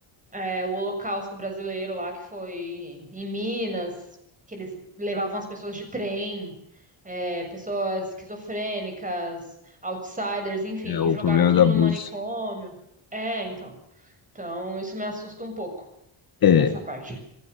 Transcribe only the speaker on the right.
é, o Holocausto brasileiro lá, que foi em Minas, que eles levavam as pessoas de trem é, pessoas esquizofrênicas, outsiders, enfim,
e jogavam
tudo
no manicômio. É, então. Então, isso me assusta um pouco,
essa parte.